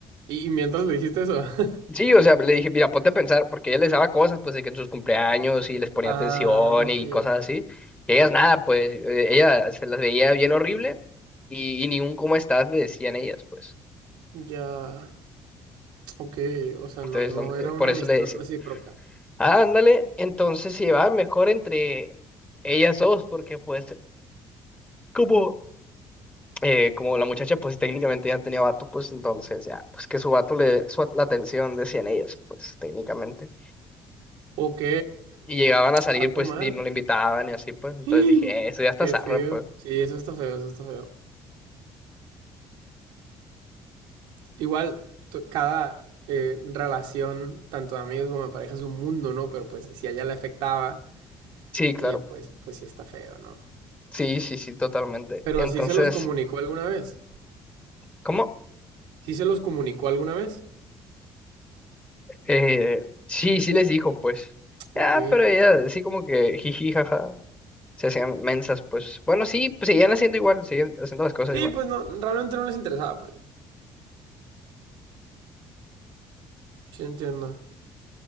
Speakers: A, on the right; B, on the left.
A: Y, y mientras le dijiste eso. <laughs>
B: Sí, o sea, le dije, mira, ponte a pensar, porque ella les daba cosas, pues, de que en sus cumpleaños y les ponía
A: ah,
B: atención
A: ok.
B: y cosas así. Y ellas nada, pues, eh, ella se las veía bien horrible y, y ni un cómo estás le decían ellas, pues.
A: Ya, ok, o sea,
B: Entonces,
A: no, no
B: don- eh,
A: era una
B: por
A: amistad
B: eso le decía,
A: recíproca.
B: ah, ándale, entonces se llevaban mejor entre ellas dos, porque pues, como, eh, como la muchacha, pues, técnicamente ya tenía vato, pues, entonces, ya, pues, que su vato le, su, la atención decían ellas, pues, técnicamente.
A: Ok,
B: Y llegaban a salir,
A: algo
B: pues,
A: mal.
B: y no le invitaban y así, pues. Entonces
A: <gasps>
B: dije, "Eh, eso ya está
A: Qué
B: zarra,
A: feo.
B: pues.
A: Sí, eso está feo, eso está feo. Igual, to- cada eh, relación, tanto de amigos como de pareja, es un mundo, ¿no? Pero pues si a ella le afectaba,
B: Sí, claro.
A: eh, pues, pues sí está feo, ¿no?
B: Sí, sí, sí, totalmente.
A: Pero
B: Entonces,
A: sí se los comunicó alguna vez.
B: ¿cómo?
A: ¿Sí se los comunicó alguna vez?
B: Eh, sí, sí les dijo, pues.
A: Ok.
B: Ya, pero ella, así como que jiji, jaja. Se hacían mensas, pues. Bueno, sí, pues seguían haciendo igual, seguían haciendo las cosas
A: Sí,
B: igual.
A: pues no, realmente no les interesaba, pues. Sí, entiendo.